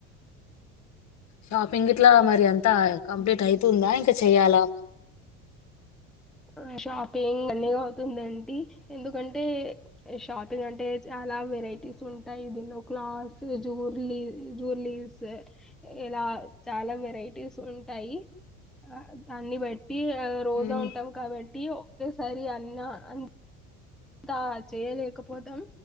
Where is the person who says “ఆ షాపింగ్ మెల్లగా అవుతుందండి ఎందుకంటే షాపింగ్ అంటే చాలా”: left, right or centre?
Centre